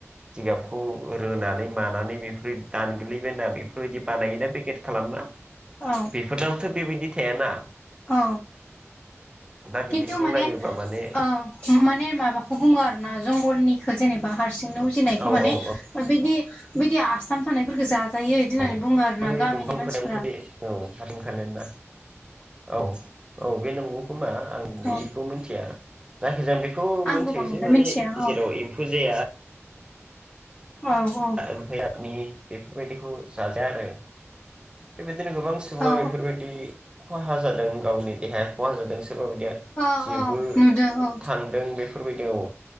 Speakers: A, on the right; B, on the left.
A: जिगाबखौ रोनानै मानानै बेफोरो दानग्लिबायना बेफोरबायदि बानायोना पेकेट खालामला
B: औ
A: बेफोरजोंनोथ' बेबायदि थि थाया ना
B: औ
A: बिदिखौ
B: खिन्टु माने
A: नायोबा माने
B: ओ माने माबाखो बुङो आरो ना। जंगलनिखौ जेनेबा हारसिंनो उजिनायखौ
A: औ
B: माने
A: औ औ
B: बिदि बिदि आसथाम थानायफोरखो जा जायो बिदि होननानै
A: औ
B: बुङो आरो
A: बै
B: ना गामिनि
A: दंफां ओंखारनायाबोथ'
B: मानसिफ्रा।
A: बे औ <unintelligible> औ औ बे नंगौ खोमा आं बेखौ
B: औ
A: मिथिया। जायाखिजाया आ बेखौ
B: आंबो
A: मिथियो
B: बांद्राय
A: जे माने
B: मिथिया औ
A: जेराव एम्फौ जाया।
B: औ
A: ओमफ्राय आनि बेफोरबायदिखौ जाजाया आरो बेबायदि। नो गोबां सुबुं
B: औ
A: बेफोरबायदि खहा जादों गावनि देहाया खहा जादों। सोरबाबायदिया
B: औ
A: जेबो
B: औ नुदों औ
A: थांदों बेफोरबायदियाव।